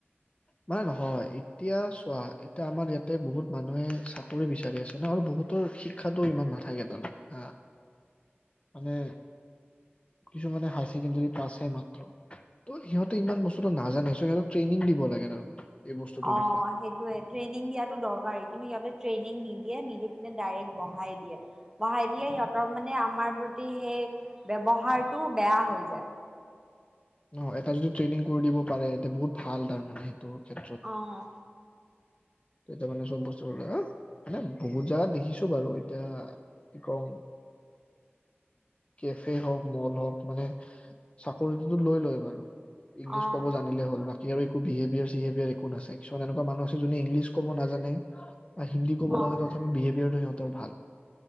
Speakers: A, on the left (about 30°); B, on the right (about 15°).
A: মানে নহয় এতিয়া চোৱা এতিয়া আমাৰ ইয়াতে বহুত মানুহে চাকৰি বিচাৰি আছে ন আৰু বহুতৰ শিক্ষাতটো ইমান নাথাকে তাৰ হা মানে কিছুমানে হায় ছেকেণ্ডাৰী পাছ হয় মাত্ৰ ত সিহঁতে ইমান বস্তুটো নাজানে সিহঁতক ট্ৰেইনিং দিব লাগে। <unintelligible>
B: অ
A: বিষয়ে
B: সেইটোয়ে ট্ৰেইনিং দিয়টো দৰকাৰ কিন্তু ইহতে, ট্ৰেইনিং নিদিয়ে নিদি পিনে ডাইৰেক্ট বহাই দিয়ে বহাই দিলে সিহঁতৰ মানে আমাৰ প্ৰতি সেই ব্যৱহাৰটো বেয়া হৈ যায়।
A: নহ এটা যদি ট্ৰেইনিং কৰি দিব পাৰে এতিয়া বহুত ভাল তাৰ মানে। ত ক্ষেত্ৰত,
B: অ',
A: এতিয়া মানে চব বস্তু আহ মানে বহুত যাগ দেখিছো বাৰু এতিয়া কি কম কেফে হওক মল হওক মানে চাকৰিটো লৈ লয় বাৰু। ইংলিছ
B: অ',
A: কব জানিলে হল বী কি আৰু একো বিহেভিয়াৰ - চিহেভয়াৰ একো নাছাই কিছমান এনেকুৱা মানু আছে যোনে ইংলি ক'ব নাজানে। হিন্দী ক'ব
B: অ',
A: নাজানে অথনি বিহভিয়াৰে ভাল